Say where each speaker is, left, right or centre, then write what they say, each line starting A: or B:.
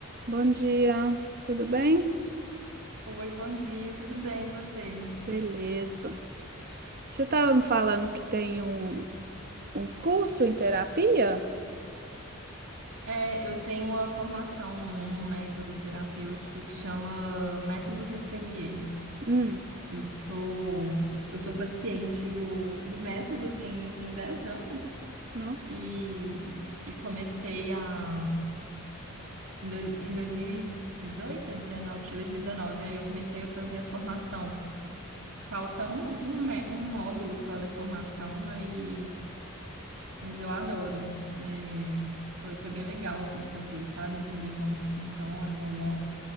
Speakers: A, on the right; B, on the right.
A: Bom dia, tudo bem?
B: Oi, bom dia, tudo bem, e você?
A: Beleza. Você estava me falando que tem um, um curso em terapia?
B: É, eu tenho uma formação num, num método terapêutico que chama Método Resseguier.
A: Hum,
B: Eu sou, eu sou paciente do, do método, tem, tem 10 anos,
A: nossa,
B: e, e comecei a, em, dois, em 2018 ou 19, acho que foi dois mil e dezenove aí eu comecei a fazer a formação. Falta um, um, mé- um módulo só da formação, mas. Mas eu adoro. É, foi, foi bem legal, assim, fazer, sabe? Entender como que funciona melhor.